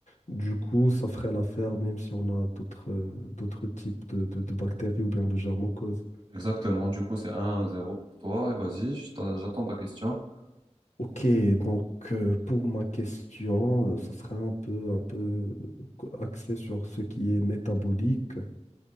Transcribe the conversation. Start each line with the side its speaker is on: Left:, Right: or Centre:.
Left: Du coup, ça ferait l'affaire même si on a d'autres euh, d'autres types de, de- de bactéries ou bien de germes causes
Right: Exactement, du coup c'est 1 zéro pour toi. Et vas-y, je t'a- j'attends ta question.
Left: Ok, donc euh, pour ma question, euh, ça serait un peu, un peu axé sur ce qui est métabolique.